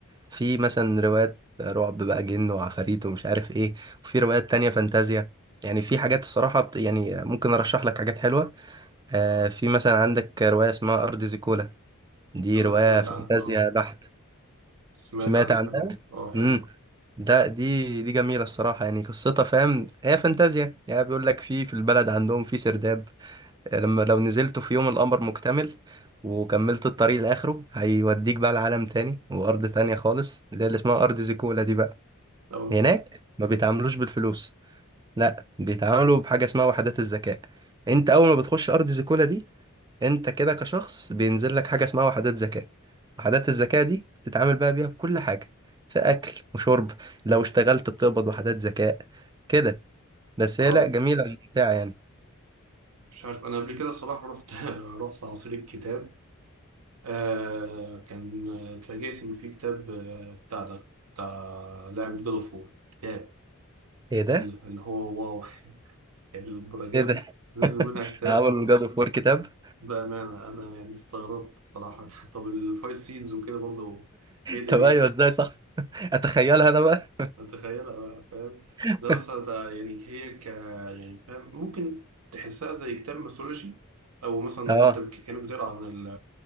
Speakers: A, on the right; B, on the right.
A: في مثلا روايات رعب بقى جن وعفاريت ومش عارف ايه وفي روايات تانية فانتازيا يعني في حاجات الصراحة بت... يعني ممكن ارشح لك حاجات حلوة آه في مثلا عندك رواية اسمها ارض زيكولا دي
B: انا
A: رواية
B: سمعت
A: فانتازيا
B: عنها اه
A: بحت
B: سمعت
A: سمعت
B: عنها
A: عنها
B: حلوة اه حلوة
A: امم ده دي دي جميلة الصراحة يعني قصتها فاهم هي فانتازيا يعني بيقول لك في في البلد عندهم في سرداب لما لو نزلت في يوم القمر مكتمل وكملت الطريق لآخره هيوديك بقى لعالم تاني وأرض تانية خالص اللي هي اللي اسمها أرض زيكولا دي بقى
B: اه
A: هناك ما بيتعاملوش بالفلوس لا بيتعاملوا بحاجة اسمها وحدات الذكاء انت أول ما بتخش أرض زيكولا دي انت كده كشخص بينزل لك حاجة اسمها وحدات ذكاء وحدات الذكاء دي بتتعامل بقى بيها في كل حاجة في أكل وشرب لو اشتغلت بتقبض وحدات ذكاء كده بس
B: اه
A: هي لا جميلة وممتعة يعني
B: مش عارف انا قبل كده الصراحة رحت <laughs> رحت عصير الكتاب آه كان آه، اتفاجئت ان في كتاب آه بتاع ده بتاع لعبة جاد اوف وور كتاب
A: ايه ده
B: اللي هو واو <laughs> يعني للدرجة
A: ايه ده
B: دي نزل
A: <laughs>
B: منها كتاب
A: عملوا الجاد اوف وور كتاب
B: بأمانة أنا يعني استغربت صراحة <laughs> طب الفايت سينز وكده برضه إيه دنيتها؟
A: طب ايوه ازاي صح اتخيلها انا بقى
B: متخيلها بقى فاهم؟
A: <laughs>
B: لا بس أنا تع- يعني هي ك يعني فاهم ممكن تحسها زي كتاب ميثولوجي أو مثلا أنت
A: اه
B: ك- كأنك بتقرا عن